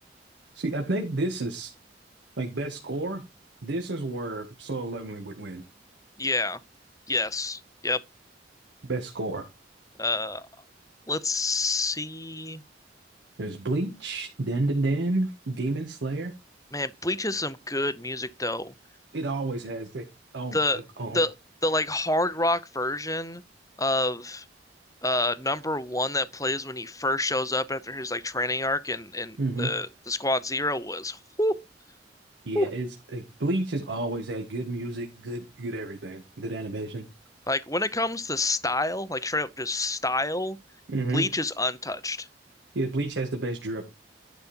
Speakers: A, on the right (about 80°); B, on the left (about 20°).
A: See, I think this is like best score. This is where Soul Leveling would win.
B: yeah, yes, yep.
A: Best score.
B: Uh, let's see.
A: There's Bleach, Dan Dan Dan, Demon Slayer.
B: Man, Bleach has some good music though.
A: It always has the um
B: the
A: uh, oh
B: the the like hard rock version of uh number one that plays when he first shows up after his like training arc and and
A: hmm
B: the the Squad Zero was whew,
A: yeah.
B: whew.
A: It's like Bleach has always had good music, good good everything, good animation.
B: like when it comes to style, like straight up just style,
A: hmm
B: Bleach is untouched.
A: Yeah, Bleach has the best drip.